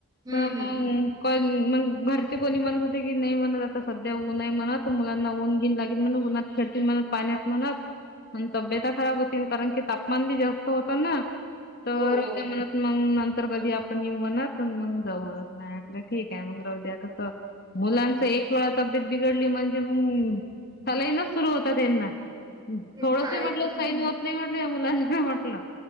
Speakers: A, on the right; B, on the left.
A: हम्म
B: तर
A: हम्म
B: मग मग घरचे कोणी म्हणत होते की नाही म्हणत आता सध्या ऊनय म्हणत. मुलांना ऊन बिन लागेल म्हण उन्हात खेडतील म्हणत पाण्यात म्हणत. आणि तब्येता खराब होतील. कारण की तापमान बी जास्त होत ना. तर
A: हो हो
B: त्या म्हनत मग नंतर कधी आपण येऊ म्हणत, मग जाऊ म्हणत. म्या म्हटल मग ठीक आहे. मग राऊ द्या कस मुलांच एक वेळा तब्येत बिघडली म्हणजे मग सलईनच सुरू होता त्यांना.
A: तिथं
B: थोडस
A: आहेच
B: म्हटल
A: मग
B: सैन होत नाही म्हटल या मुलांना म्हटल.